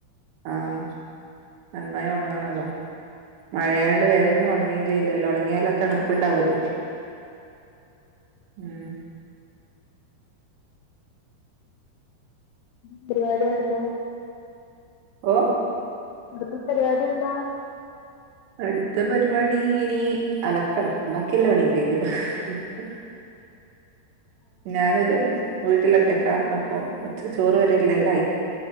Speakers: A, on the right (about 85°); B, on the left (about 80°).
A: ആഹ് നന്നായി ഉണങ്ങണല്ലോ മഴയായോണ്ട് വേഗമൊന്നു ഉണക്കി വെയിലില്ലല്ലോ ഉണങ്ങിയാലും ആ തണുപ്പുണ്ടാവല്ലോ ഉം
B: <inaudible> പരിപാടി അടുത്തത്
A: ഓ
B: അടുത്ത പരിപാടി എന്നാ
A: അടുത്ത പരിപാടി ഇനി അലക്കണം ബാക്കി എല്ലാ പണീം കഴിഞ്ഞു. ആഹ് ഞാനും അതെ വീട്ടിൽ ഒറ്റക്കാ അപ്പം <unintelligible> ചോറ് വരെയുള്ള എല്ലാ ആയി